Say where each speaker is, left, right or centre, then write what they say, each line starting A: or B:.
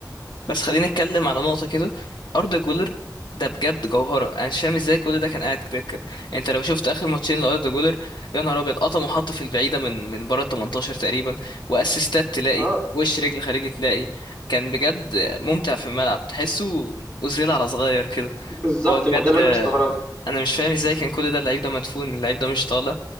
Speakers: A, on the left; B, on the left.
A: بس خلينا نتكلم على نقطة كده أردا جولر ده بجد جوهرة أنا مش فاهم ازاي كل ده كان قاعد دكة يعني أنت لو شفت آخر ماتشين لأردا جولر يا نهار أبيض قطم وحط في البعيدة من من بره ال 18 تقريبا وأسيستات تلاقي
B: اه
A: وش رجل خارجي تلاقي كان بجد ممتع في الملعب تحسه أوزيل على صغير كده
B: بالظبط
A: هو
B: ما
A: بجد
B: هو ده اللي انا
A: آه،
B: مستغرب
A: أنا مش فاهم ازاي كان كل ده اللعيب ده مدفون اللعيب ده مش طالع